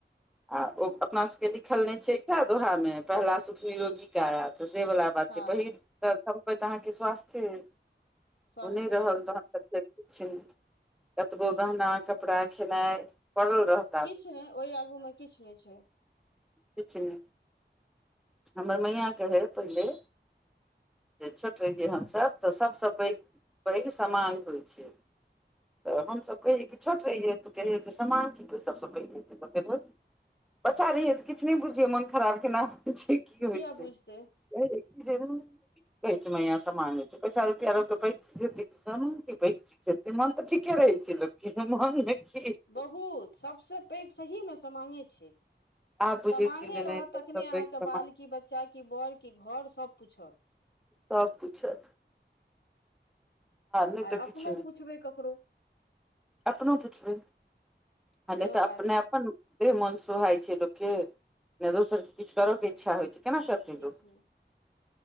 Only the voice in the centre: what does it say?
आ ओ अपना सबके लिखल नै छै एकटा दोहा मे पहिला सुखी निरोगी काया तऽ से वला बात
छै पहिल तऽ सम्पत्ति अहाॅंके स्वास्थे ऐ
ओ नय रहल
तहन फेर किछ नय कतबो गहना कपड़ा खेनाइ पड़ल रहत
किछ नय हमर मैयाॅं कहय पहिले जे छोट रहियै हमसभ तऽ सभसँ पैघ पैघ समांग होय छै तऽ हमसभ कहियै कि छोट रहियै त कहियै जे सामांग की सभ स पैघ बच्चा रहियै तऽ किछ नय बुझियै मोन खराब केना होय छै की होय
छै
हं यै जरुर पैंच मैया से मांगै छै पैसा रुपैया रहतै पैंच देतै कि सब मंगतै से तऽ मोन तऽ ठीके रहै छै लोक के मोन मे की हेतै
आब बुझै
छियै जे
नहि
सब
पैघ सामान
सब किछ हैत नहि
तऽ
किछु नहि
अपनो पुछबैय आ
नैय त अपनाय
अपन। इे मन सोहाय छै लोकके ने दोसर के किछ करऽ के इच्छा होइ छैइय। केना सकतै
लोक